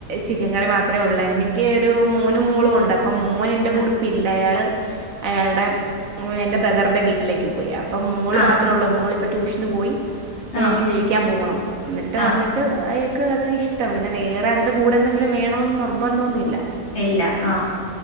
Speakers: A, on the right (about 65°); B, on the left (about 45°).
A: ചിക്കൻ കറി മാത്രേ ഒള്ളൂ എനിക്ക് ഒരു മോനൂം മോളും ഒണ്ട് അപ് അപ്പം മോൻ എൻ്റെ
B: ആ
A: കൂടിപ്പില്ല അയാൾ അയാൾടെ എൻ്റെ ബ്രദറിൻ്റെ വീട്ടിലേക്ക് പോയി അപ്പ് അപ്പം മോൾ
B: ആ ആ
A: മാത്രേ ഒള്ളൂ മോളിപ്പ ട്യൂഷന് പോയി ഇപ്പ
B: ആ
A: എനിക്ക് വിളിക്കാൻ പോകണം. എന്നിട്ട്
B: ആ
A: വന്നിട്ട് അയാക്ക് അതാ ഇഷ്ടം പിന്നെ വേറെ അതിന്റെ കൂടെ എന്തെങ്കിലും വേണോന്ന് നിർബന്ധോന്നുല്ല
B: ഇല്ല ആ